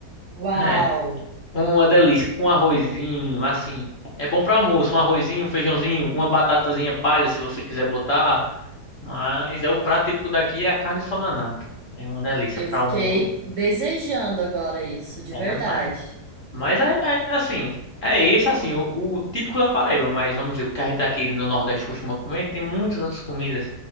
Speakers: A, on the right; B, on the left.
A: Uau!
B: é uma delícia com um arrozinho, assim. É bom pra almoço, um arrozinho, um feijãozinho, uma batatazinha palha se você quiser botar, mas é o prato típico daqui é a carne só na nata. É uma delícia
A: Eu
B: pra
A: fiquei
B: almoço.
A: desejando agora isso, de
B: É,
A: verdade.
B: mas Mas é, é assim, é esse assim, o, o típico da Paraíba, mas vamos dizer, o que a gente aqui no Nordeste costuma comer, tem muitas outras comidas.